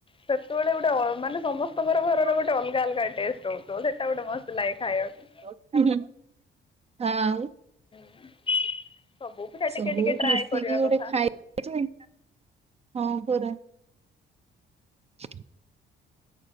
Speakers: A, on the left; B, on the right.
A: ସେତୋବେଳେ ଗୋଟେ ଅ ମାନେ ସମସ୍ତଙ୍କର ଘରର
B: ହୁଁ,
A: ଗୋଟେ ଅଲଗା ଅଲଗା ଟେଷ୍ଟ ହଉଥିବ ସେଇଟା ଗୋଟେ ମସ୍ତ ଲାଗେ ଖାଇବାକୁ।
B: ଉଁ ହୁଁ। ଆଉ।
A: <inaudible> ସବୁ ପିଠା
B: ସବୁ
A: ଟିକେ ଟିକେ ଟ୍ରାଏ
B: ମିଶିକି
A: କରିବା
B: ଗୋଟେ
A: କଥା
B: ଖାଇଯେ ହଁ ପରା। <inaudible>